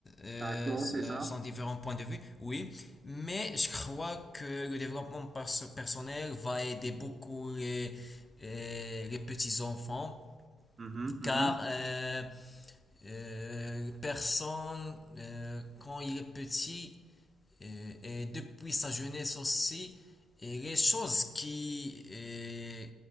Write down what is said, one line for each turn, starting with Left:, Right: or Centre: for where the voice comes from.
Left: euh,
Right: D'accord, c'est
Left: euh,
Right: ça.
Left: son différents points de vue, oui, mais je crois que le développement perso- personnel va aider beaucoup les, euh, les petits enfants,
Right: Mhm, mhm.
Left: car euh, euh, personne, euh, quand il est petit, euh, et depuis sa jeunesse aussi, et les choses qui, euh,